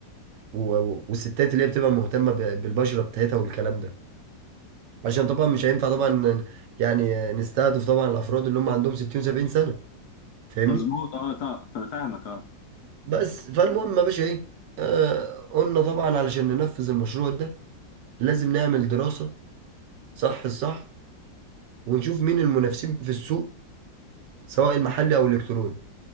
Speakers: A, on the right; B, on the left.
A: و... و- والستات اللي هي بتبقى مهتمة ب... بالبشرة بتاعتها والكلام ده عشان طبعا مش هينفع طبعا يعني نستهدف طبعا الافراد اللي هم عندهم 60 70 سنة فاهمني
B: مظبوط اه طبعا فانا فاهمك اه
A: بس فالمهم يا باشا ايه آه قلنا طبعا علشان ننفذ المشروع ده لازم نعمل دراسة صح الصح ونشوف مين المنافسين في السوق سواء المحلي او الالكتروني